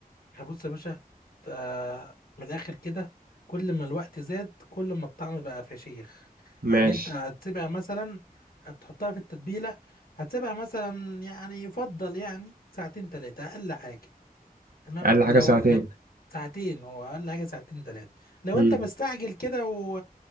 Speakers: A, on the left; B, on the right.
A: احنا بص يا باشا آه، من الاخر كده كل ما الوقت زاد كل ما الطعم بقى فشيخ
B: ماشي
A: يعني انت هتسيبها مثلا هتحطها في التتبيله هتسيبها مثلا يعني يفضل يعني ساعتين ثلاثه اقل حاجه تمام
B: اقل
A: ولو
B: حاجة ساعتين
A: لك ساعتين هو اقل حاجه ساعتين ثلاثه لو
B: مم.
A: انت مستعجل كده و...